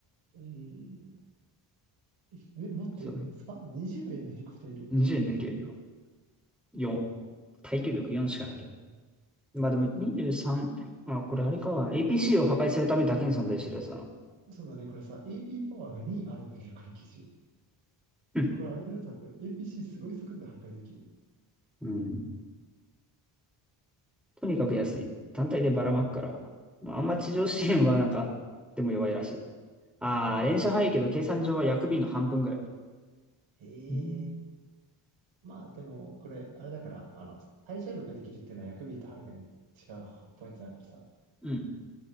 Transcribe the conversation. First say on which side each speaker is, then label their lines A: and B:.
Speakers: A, on the right; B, in the centre.
A: うーん。え、待って。
B: そう。
A: さ、20名のヘリコプターいる。
B: 20の比例量。4。耐久力4しかないけど。まあでも23。
A: え
B: まあ、これあれか。APC を破壊するためだけに存在してるやつだな。
A: そうだね、これさ、AP パワーが2あるんだけど、この機種。
B: うん。
A: これあれだよ、多分。APC すごい速度で破壊できる。
B: うん。とにかく安い。単体でばらまくから。まあ、あんま地上支援はなんか、でも弱いらしい。ああ、
A: うん。
B: 連射早いけど計算上は薬 B の半分ぐらい。
A: へ
B: うん。
A: え。まあでも、これ、あれだから、あの、対射量ができるっていうのは薬 B とはるかに違うポイントだからさ。
B: うん